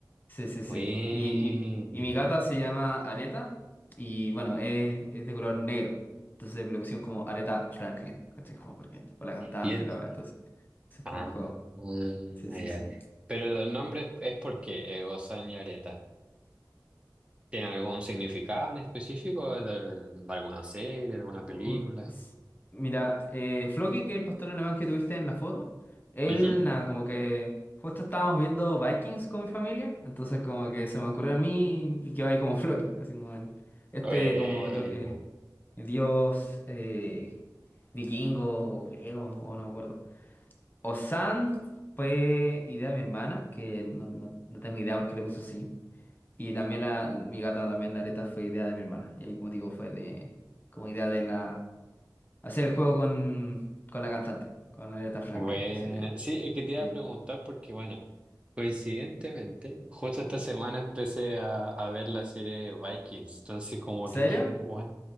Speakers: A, on the left; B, on the right.
A: Sí, sí, sí.
B: Bien.
A: Y, y, y mi gata se llama Areta y bueno, es, es de color negro. Entonces le pusimos como Areta Franklin. ¿Cachai? Como porque, por la cantante,
B: Y es-
A: la verdad. Entonces, ese es
B: ah,
A: como el juego.
B: ah,
A: Sí, sí,
B: ya.
A: sí.
B: Pero los nombres es porque eh, Osan y Areta. ¿Tiene algún significado en específico de, de alguna serie, de alguna
A: Uh,
B: película?
A: s- Mira, eh, Floki, que es el pastor alemán que tuviste en la foto, él,
B: Ujú.
A: nada, como que justo estábamos viendo Vikings con mi familia, entonces como que se me ocurrió a mí y quedó ahí como Floki, así como el- este
B: Bueno,
A: como otro que dios eh, vikingo, o griego, o no me acuerdo. Osan fue idea de mi hermana, que no, no- no tengo idea por qué le puso así. Y también la, mi gata, también la Areta, fue idea de mi hermana. Y ahí, como digo, fue de, como idea de la, hacer el juego con, con la cantante, con Aretha Franklin.
B: bueno.
A: Así que,
B: Sí, es que te iba
A: sí. ¿En
B: a preguntar porque, bueno, coincidentemente, justo esta semana empecé a, a ver la serie de Vikings. Entonces, como
A: ¿Serio?
B: que dije, bueno,